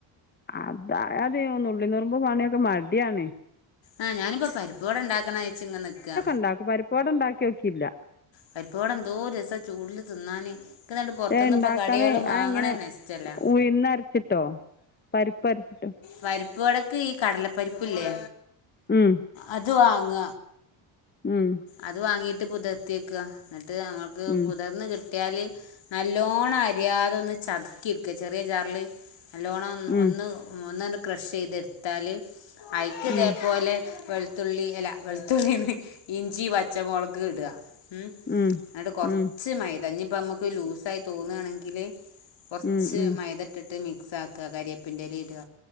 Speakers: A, on the left; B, on the left.
A: അത അതെയ നുള്ള് നുറുമ്പ് പണിയൊക്കെ മടിയാണ്
B: ആഹ് ഞാനിപ്പോ പരിപ്പ് വട ഇണ്ടാക്കണോ വെച്ച്ങ്ങനെ നിക്ക
A: ഇണ്ടാക്കും പരിപ്പ് വട ഇണ്ടാക്കിനോക്കിയില്ല
B: പരിപ്പ് വട എന്തോരസ ചൂടില് തിന്നാന് ഇക്ക്ന്നട്ട് പൊറത്ത്ന്ന്
A: ഏഹ് ഇണ്ടാക്കാന്
B: ഇപ്പോ കടേള് മാങ്ങണന്നെ
A: അഹ് എങ്ങനെ
B: ഇഷ്ടല്ല
A: ഉയ്ന്ന് അരച്ചിട്ടോ പരിപ്പരച്ചിട്ട്
B: പരിപ്പ് വടക്ക് ഈ കടലപ്പരിപ്പില്ലേ
A: മ്മ്ഹ്
B: അത് വാങ്ങ
A: മ്മ്ഹ്
B: അത് വാങ്ങീട്ട് പുതിർത്തി വെക്ക എന്നിട്ട് മ്മൾക്ക്
A: ഉം
B: പുതിർന്ന് കി കിട്ടിയാല് നല്ലോണം അരിയാതെ ഒന്ന് ചതുക്കി എടുക്ക ചെറിയ ജാറില് നല്ലോണം ഒന്ന്
A: ഉം
B: ഒന്ന് ഒന്നങ്ങ് ക്രഷ് ചെയ്തെടുത്താല് അയിക്കിതേപോലെ
A: ഉം
B: വെളുത്തുള്ളി അല്ലാ വെളുത്തുള്ളിന്ന് ഇഞ്ചി പച്ചമുളക് ഇട എന്നിട്ട്
A: ഉം
B: കൊറച്ച്
A: ഉം
B: മൈദ ദ ഇട ഇനി ഇപ്പ നമുക്ക് ലൂസായി തോന്നുകാണെങ്കില് കൊറച്ച്
A: ഉം ഉം
B: മൈതട്ടിട്ട് മിക്സ് ആക്കി ക്ക കരിയപ്പിന്റെലെട